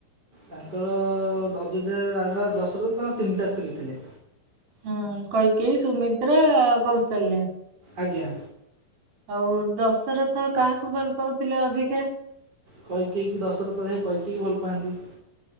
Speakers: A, on the right; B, on the right.
A: ତାଙ୍କର ଅଯୋଧ୍ୟାରେ ରାଜା ଦଶରଥ ତାଙ୍କର ତିନିଟା ସ୍ତ୍ରୀ ଥିଲେ।
B: ହୁଁ କୈକେଇ ସୁମିତ୍ରା କୌଶଲ୍ୟା।
A: ଆଜ୍ଞା।
B: ହଉ ଦଶରଥ କାହାକୁ ଭଲ ପାଉଥିଲେ ଅଧିକା?
A: କୈକେୟୀ କି ଦଶରଥ ଯାଇଁ କୈକେୟୀ କି ଭଲ ପାଆନ୍ତି।